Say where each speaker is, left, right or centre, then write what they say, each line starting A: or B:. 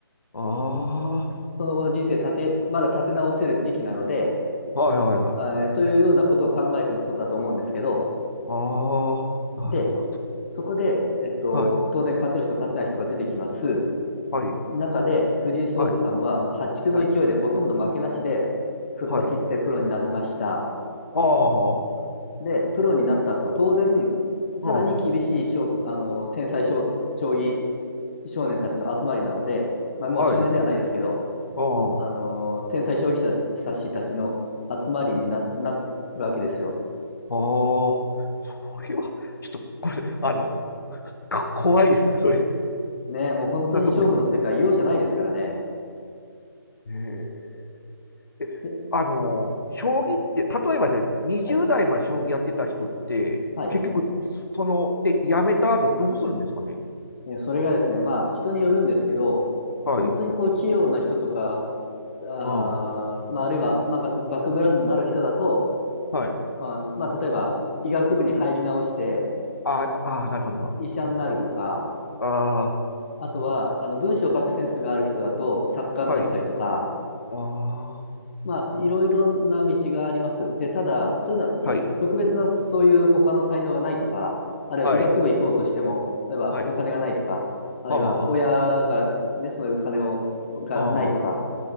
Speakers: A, on the left; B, on the left.
A: ああ、
B: その後の人生立て、まだ立て直せる時期なので、
A: はい、はい、はい。
B: えーというようなことを考えてのことだと思うんですけど、
A: ああ、なるほど。
B: で、そこで、えっと、
A: はい。
B: 当然勝てる人勝てない人が出てきます。
A: はい。
B: 中で藤井聡太さんはもう破竹の勢いでほとんど負けなしで突っ走ってプロになりました。
A: はい。はい。はい。ああ、は
B: で、プロになった後、当然、さらに厳しい勝あの、
A: い。
B: 天才将、将棋少年たちの集まりなので、まあ、もう少年ではないですけど、
A: はい。あ
B: あの、天才将棋者さしたちの集まりにな、なるわけですよ。
A: あ、ああ、それは、ちょっと、これ、あの、こ怖いです。それ、
B: ね、もう本当に勝負の世界、
A: こんなところに行くの。
B: 容赦ないですからね。
A: ええ、えあの、
B: で、
A: 将棋って、例えばですね、20代まで将棋やってた人って、
B: はい、はい。
A: 結局、その、で、やめた後どうするんですかね。
B: えそれがですね、まあ、人によるんですけど、
A: はい。
B: 本当にこう、器用な人とか、あー、
A: うん。
B: まあ、あるいは、まあ、バックグラウンドのある人だと、
A: はい。
B: あの、まあ、例えば、医学部に入り直して、
A: ああ、やっぱ、ああ、なるほど、なるほ
B: 医者になるとか、
A: ど。あ
B: あとは、あの、文章を書くセンスがある人だと作家になったりとか、
A: あ、はい。ああ、
B: まあ、いろいろな道があります。で、ただ、そういうのは、そ特別なそういう他の才能がないとか、
A: はい。
B: あるいは医学部行こうとしても、
A: はい。
B: 例えばお金がないとか、
A: はい。
B: あるいは親がね、
A: は
B: そういう金を、がないとか、
A: あ、ああ、